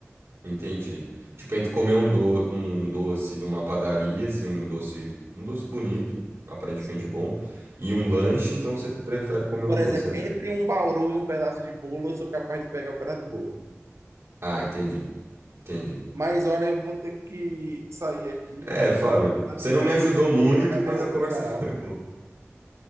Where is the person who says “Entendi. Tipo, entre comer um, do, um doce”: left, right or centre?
Right